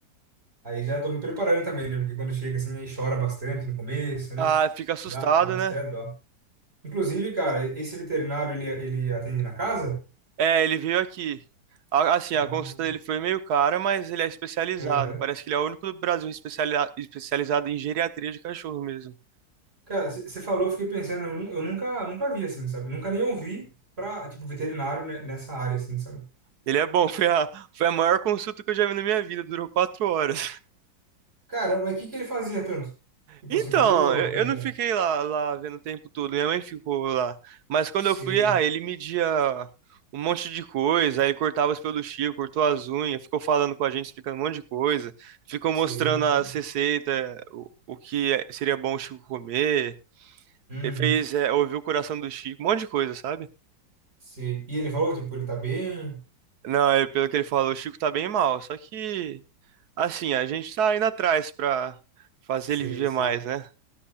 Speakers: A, on the right; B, on the right.
A: Aí já tô me preparando também, né? Porque quando chega assim, aí chora bastante no começo, né?
B: Ah, fica assustado,
A: Dá, dá até
B: né?
A: dó. Inclusive, cara, esse veterinário, ele, ele atende na casa?
B: É, ele veio aqui. A- Assim,
A: Ah,
B: a consulta dele foi meio cara, mas ele é especializado.
A: aham.
B: Parece que ele é o único do Brasil especializa- especializado em geriatria de cachorro mesmo.
A: Cara, você falou, eu fiquei pensando, eu, nu- eu nunca, nunca vi assim, sabe? Nunca nem ouvi pra, tipo, veterinário né, nessa área, assim, sabe?
B: Ele é bom, <laughs> foi a, foi a maior consulta que eu já vi na minha vida, durou quatro horas.
A: Cara, mas o que que ele fazia tanto? Tipo
B: Então,
A: assim, por que demorou
B: eu,
A: tanto
B: eu não
A: tempo?
B: fiquei lá, lá vendo o tempo todo, minha mãe ficou lá. Mas quando
A: Sei,
B: eu fui, ah, ele media um monte de coisa, aí ele cortava os peluchinhos, cortou as unhas, ficou falando com a gente, explicando um monte de coisa, ficou
A: sei,
B: mostrando
A: sei.
B: as receitas, o, o que é- seria bom o Chico comer.
A: Uhum,
B: Ele fez, é, ouviu o coração do Chico, um monte de coisa, sabe?
A: sei. E ele falou, tipo, ele tá bem?
B: Não, é pelo que ele falou, o Chico tá bem mal, só que, assim, a gente tá indo atrás pra fazer
A: Sei,
B: ele viver
A: sei.
B: mais, né?